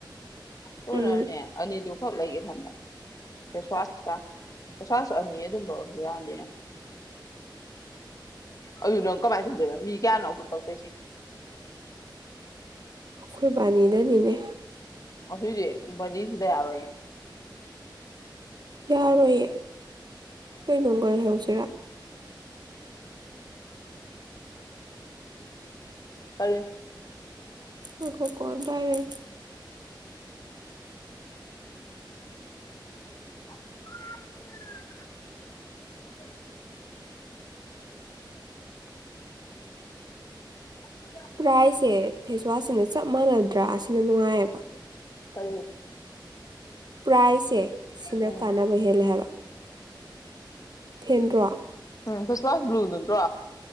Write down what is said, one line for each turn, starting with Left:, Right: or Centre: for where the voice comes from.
Left: ꯇꯣꯅꯥ꯭ꯔꯅꯦ
Right: ꯎꯝ
Left: ꯑꯅꯤꯗꯨ ꯈꯛ ꯂꯩꯒꯦ ꯈꯟꯕ ꯐꯦꯁꯋꯥꯁꯇ ꯐꯦꯁꯋꯥꯁ ꯑꯅꯤ ꯑꯗꯨꯝꯕ ꯌꯥꯗꯦ ꯑꯩꯌꯨ ꯅꯪ ꯀꯃꯥꯏ ꯇꯧꯗꯣꯏꯕ ꯃꯤ ꯀꯌꯥꯅꯣ ꯇꯧꯊꯣꯏꯁꯦ
Right: ꯑꯩꯈꯣꯏꯕꯥꯅꯤꯗꯅꯤꯅꯦ
Left: ꯑꯁꯨ ꯃꯖꯤꯁꯨꯗ ꯌꯥꯔ ꯑꯦ
Right: ꯌꯥꯔꯣꯏꯌꯦ ꯀꯩꯅꯣꯒ ꯂꯩꯍꯧꯁꯤꯔꯥ
Left: ꯀꯔꯤ
Right: ꯑꯥꯏꯈꯣꯀꯣ ꯗꯥꯏꯔꯦ
Left: <unintelligible> <unintelligible>
Right: ꯄ꯭ꯔꯥꯏꯁꯦ ꯐꯦꯁꯋꯥꯁꯁꯤꯅ ꯆꯞ ꯃꯥꯟꯅꯗ꯭ꯔꯥ ꯑꯁꯤꯅ ꯅꯨꯡꯉꯥꯏꯌꯦꯕ
Left: ꯀꯔꯤ
Right: ꯄ꯭ꯔꯥꯏꯖꯁꯦ ꯁꯤꯅ
Left: ꯎꯝ
Right: ꯀꯥꯟꯅꯕ ꯍꯦꯜꯂꯦ ꯍꯥꯏꯕ ꯊꯦꯟꯗ꯭ꯔꯣ
Left: ꯎꯝ ꯐꯁ ꯋꯥꯁ ꯕ꯭ꯂꯨ ꯅꯟꯠꯇ꯭ꯔꯣ